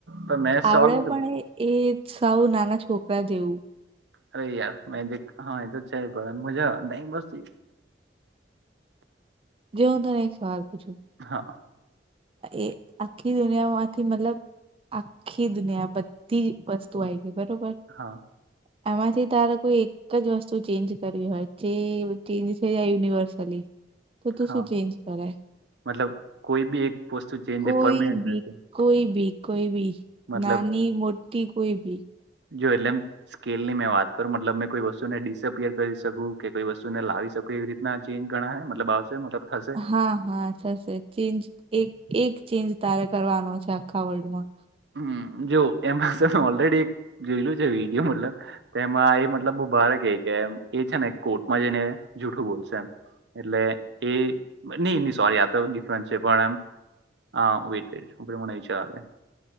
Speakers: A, on the right (about 80°); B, on the right (about 30°).
A: તો મેં સવાલ
B: આવડે
A: પૂછું
B: પણ એ સાવ નાના છોકરા જેવું.
A: અરે યાર મે જે હા એ તો છે પડ મજા આવે નહી બસ યાર
B: જો હું તને એક સવાલ પૂછું?
A: હા.
B: એ આખી દુનિયા માંથી મતલબ આખી દુનિયા બધી વસ્તુ આવી ગઈ બરોબર
A: હા.
B: <inaudible> <unintelligible> એમાંથી તારે કોઈ એક જ વસ્તુ ચેન્જ કરવી હોય જે ચેન્જ થઈ જાય યુનિવર્સલી. તો તું
A: હા
B: શું ચેન્જ કરે?
A: મતલબ કોઈ બી એક? વસ્તુ ચેન્જ
B: કોઈ
A: તે પરમનન્ટ
B: બી
A: રહેશે
B: કોઈ બી કોઈ બી
A: મતલબ
B: નાની મોટી કોઈ બી?
A: જો એટલે એમ સ્કેલની મેં વાત કરું મતલબ મેં કોઈ વસ્તુ ને ડિસઅપિયર કરી શકું કે કોઈ વસ્તુને લાવી શકું એવી રીતે ના ચેન્જ ગણા મતલબ આવશે મતલબ થશે
B: હા હા થશે ચેન્જ એક એક ચેન્જ તારે કરવાનો છે આખા વર્લ્ડમાં.
A: હમ જો એ ઓલરેડી એક જોયલું છે, વિડીયો મતલબ તે એમાં એ મતલબ ભારે કે કે એ છે ને કોર્ટમાં જઈને જૂઠું બોલશે એટલે એ નહી નહી સોરી આ તો ડિફરન્ટ છે પણ આમ હા. <unintelligible>